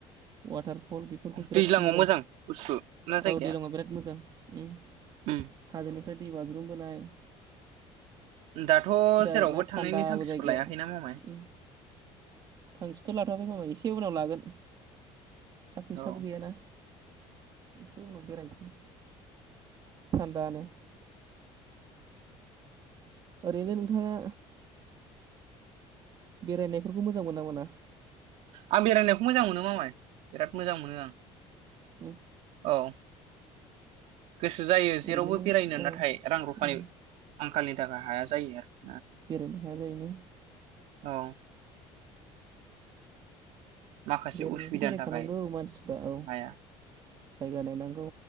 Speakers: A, on the right; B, on the right.
A: वाटारफल बेफोरखौ बिराद
B: दैज्लाङाव
A: मोजां
B: गुसु ना जायगाया
A: आव दैलाङाव बिराद मोजां उम
B: उम
A: हाजोनिफ्राय दै बाजरुम बोनाय
B: दाथ' जेरावबो
A: आरोना थान्दाबो
B: थांनायनि थांखिखौ
A: जायगाया
B: लायाखै ना ममाय
A: उम थांखिथ' लाथ'आाखै मामाय एसे उनाव लागोन दा फैसाबो
B: औ
A: गैयाना एसे उनाव बेरायनोसै थान्दानो ओरैनो नोंथाङा बेरायनायफोरखौ मोजां मोनो ना मोना
B: आं बेरायनायखौ मोजां मोनो मामाय बिराद मोजां मोनो आं
A: उम
B: औ गोसो जायो जेरावबो
A: ओरैनो नों
B: बेरायनो
A: औ
B: नाथाय रां रुफानि
A: उम
B: आंखालनि थाखाय हाया जायो आरो
A: बेरायनो हाया जायो ने
B: औ माखासे
A: बेरायनायाथ'
B: उसुबिदानि
A: बेरायखानांगौ
B: थाखाय
A: मानसिफ्रा औ
B: हाया
A: जायगा नायनांगौ